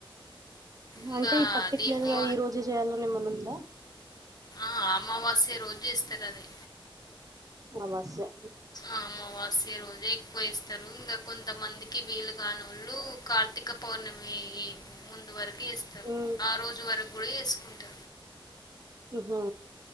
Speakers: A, on the left (about 45°); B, on the right (about 40°).
A: ఇంగా
B: అంటే ఈ పర్టిక్లర్
A: దీపో
B: గా ఈ రోజు చేయాలని ఎమన ఉందా <inaudible>
A: ఆ అమావాస్య రోజు చేస్తారు అది
B: అమావాస్య
A: ఆ అమావాస్య రోజే ఎక్కువ చేస్తారు ఇంకా కొంతమందికి వీలు కానోళ్ళు కార్తీక పౌర్ణమి ముందు వరకు ఏస్తారు
B: ఉం
A: ఆ రోజు వరకు కూడా ఏసుకుంటారు
B: ఉహు